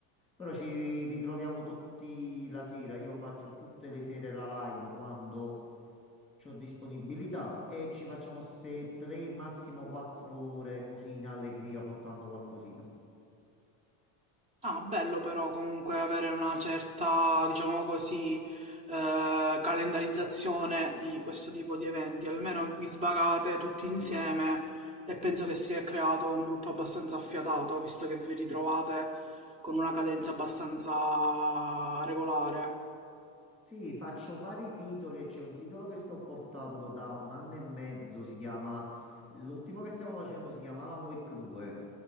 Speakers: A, in the centre; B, on the right.
A: però ci ritroviamo tutti la sera, io faccio tutte le sere la live quando ho disponibilità e ci facciamo queste tre, massimo quattro ore così in allegria portando qualcosina.
B: Ah, bello però comunque avere una certa, diciamo così, eh, calendarizzazione di questo tipo di eventi. Almeno vi svagate tutti insieme e penso che si è creato un gruppo abbastanza affiatato, visto che vi ritrovate con una cadenza abbastanza regolare.
A: Sì, faccio vari titoli e c'è un titolo che sto portando da un anno e mezzo, si chiama, l'ultimo che stiamo facendo si chiama Alan Wake 2,